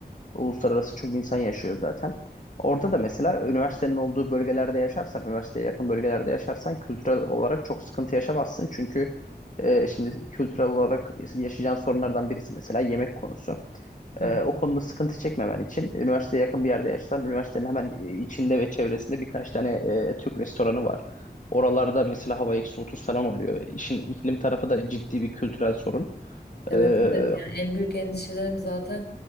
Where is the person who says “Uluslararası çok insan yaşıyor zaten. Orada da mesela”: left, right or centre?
Left